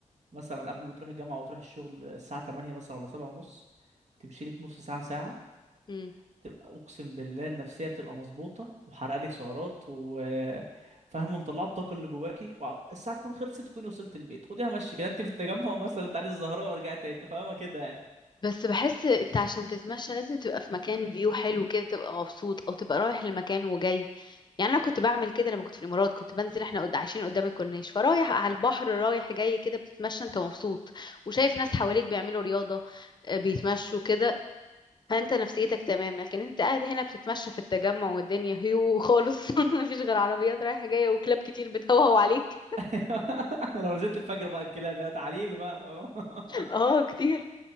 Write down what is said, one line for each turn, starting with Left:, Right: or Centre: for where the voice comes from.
Right: مثلا قبل ما تروح الجامعه وتروح الشغل الساعه 8 مثلا ولا 7 ونص تمشي لك نص ساعه ساعه
Left: مم.
Right: تبقى اقسم بالله النفسيه بتبقى مظبوطه وحرق لك سعرات وفاهمه مطلعه الطاقه اللي جواكي والساعه تكون خلصت تكوني وصلت البيت خديها مشي كده انت في التجمع مثلا تعالي الزهراء وارجعي تاني <laughs> فاهمه كده يعني
Left: بس بحس انت عشان تتمشى لازم تبقى في مكان فيو حلو كده تبقى مبسوط او تبقى رايح لمكان وجاي يعني انا كنت بعمل كده لما كنت في الامارات كنت بنزل احنا قد- عايشين قدام الكورنيش فرايح على البحر رايح جاي كده بتتمشى انت مبسوط وشايف ناس حواليك بيعملوا رياضة آه، بيتمشوا كده فانت نفسيتك تمام لكن انت قاعد هنا بتتمشى في التجمع والدنيا هيو خالص <laughs> مفيش غير عربيات رايحة جاية وكلاب كتير بتهوهو عليك
Right: <laughs> لو نزلت الفجر بقى الكلاب يا تعالي لي بقى <laughs> فاهمة؟
Left: <laughs> اه كتير